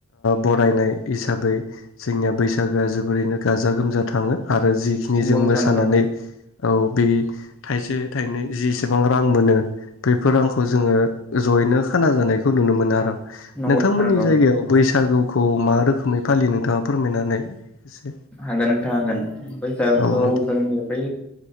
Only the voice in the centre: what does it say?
नंगौ
नोंथां
नंगौ
नंगौ
नोंथां नंगौ
हागोन नोंथा हागोन बैसागुखौ
जोंनि बै